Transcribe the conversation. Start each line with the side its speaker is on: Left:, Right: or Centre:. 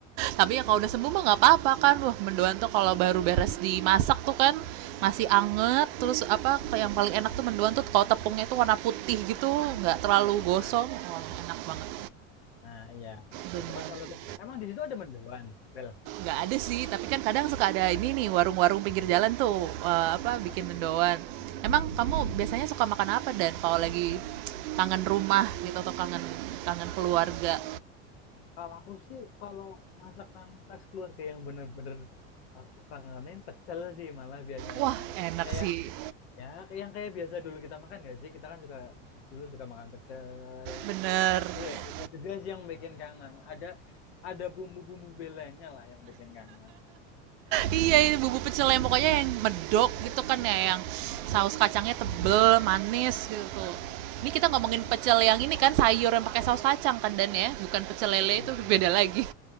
Right: Tapi ya kalau udah sembuh mah nggak apa-apa kan. Wah, mendoan tuh kalau baru
Left: Hmm.
Right: beres dimasak tuh kan masih anget terus apa yang paling enak tuh mendoan tuh kalau tepungnya tuh warna putih gitu nggak terlalu gosong
Left: Nah,
Right: wah enak banget
Left: nah iya, Nah,
Right: bener
Left: itu kan salah satu. Emang di situ ada mendoan, Bel.
Right: nggak ada sih, tapi kan kadang suka ada ini nih warung-warung pinggir jalan tuh eh, apa
Left: Ah,
Right: bikin mendoan.
Left: ah.
Right: Emang kamu biasanya suka makan apa dan kalau lagi kangen rumah gitu atau kangen kangen keluarga?
Left: Kalau aku sih, kalau masakan khas keluarga yang bener-bener aku kangenin, pecel sih malah biasanya.
Right: Wah, enak
Left: Kayak
Right: sih.
Left: ya, kayak yang kayak biasa dulu kita makan gak sih? Kita kan suka dulu suka makan pecel.
Right: Bener. <laughs>
Left: Itu ya, itu juga sih yang bikin kangen. Ada ada bumbu-bumbu belenya lah yang bikin kangen.
Right: Iya, ini bumbu pecel yang pokoknya yang medok gitu kan ya yang saus kacangnya tebel, manis gitu. Ini kita ngomongin
Left: Nah,
Right: pecel
Left: betul.
Right: yang ini kan sayur yang pakai saus kacang kan dan ya, bukan pecel lele
Left: Iya.
Right: itu beda lagi.